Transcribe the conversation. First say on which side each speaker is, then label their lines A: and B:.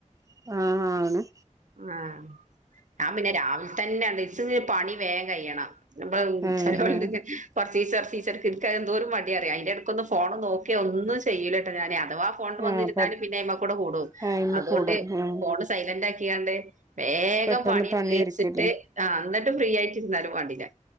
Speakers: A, on the right; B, on the right.
A: ആഹ് ആണ്
B: ആന് ഞാൻ പിന്നെ രാവിലെ തന്നെ ആണ്ട് പണി വേഗം കയ്യണം ന്നപ്പം
A: ഏഹ്
B: ചെലോല്ണ്ട്
A: ഏഹ്
B: കൊർച്ചിച്ചെ കൊർച്ചിച്ചെ ഇട്ക്ക എന്തോരു മടിയറിയാ അൻന്റെടക്കൊന്ന് ഫോണ് നോക്കെ ഒന്നും ചെയ്യൂലട്ടോ ഞാന് അ അഥവാ ഫോണ്ട് വന്നിരുന്നാലും
A: ആഹ്
B: പിന്നെ അയ്മ കൂടെ കൂടും
A: ടൈമ്
B: അതുകൊണ്ട്
A: കൂടും ഏഹ്
B: ഫോണ് സൈലന്റ് ആക്കിയാണ്ട് വേഗം
A: പെട്ടെന്ന്
B: പണിയന്ന്
A: പണി
B: കഴിച്ചിട്ട്
A: ഒരുക്കൂല്ലേ
B: ആ എന്നിട്ടും ഫ്രീ ആയിട്ടിരുന്നാലും വേണ്ടില്ല